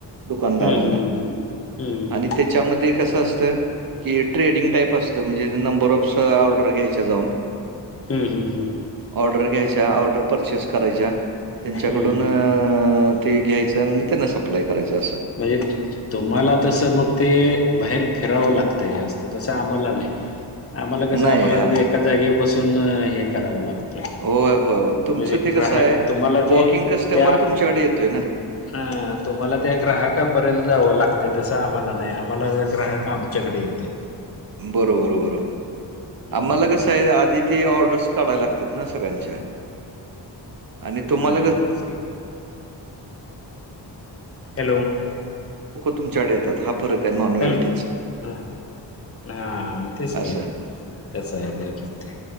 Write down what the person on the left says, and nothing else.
हं, हं, हं, हं. हं, हं,
हं.
हम्म हम्म हम्म.
हं, हं,
हं.
म्हणजे <inaudible> तुम्हाला तसं मग ते बाहेर फिरावं लागतंय जास्त तसं आम्हाला नाही. आम्हाला कसं
आम्हाला
एका जागे बसून हे करावं लागतं.
म्हणजे
ग्राहक
तुम्हाला ते
त्या
हा तुम्हाला त्या ग्राहकापर्यंत जावं लागतं तसं आम्हाला नाही आम्हाला ग्राहक आमच्याकडे येतय.
हं.
हा
बस की. हॅलो.
हल हा मग तेच
की त्यासं आहे ते फक्ती